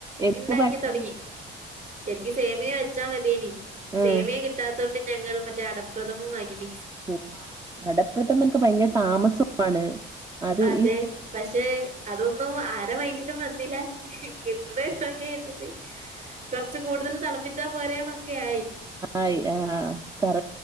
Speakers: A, on the right (about 15°); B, on the right (about 40°).
A: എന്ത്
B: ഇണ്ടാക്കി
A: പഴസാ
B: തൊടങ്ങി. ശെരിക്ക് സേമിയെ വെച്ചാ മതിയേനി
A: ഉം
B: സേമിയെ കി ട്ടാത്തൊണ്ട് ഞങ്ങൾ മറ്റേ അടപ്രഥമം വാങ്ങി മി
A: ഉം അടപ്രഥമൻക്ക് ഭയങ്കര താമസമാണ്. അത്
B: അതെ
A: ഈ
B: പക്ഷെ അതൊന്നും ആര മൈന്റിലും വന്നില്ല. കിട്ട്ണെ ഇണ്ടാക്കി വെച്ച്ട്ട് കർച്ച് കൂടുതൽ തളപ്പിച്ചാൽ പോരേന്നൊക്കേയായി.
A: ആയി ആഹ് കറ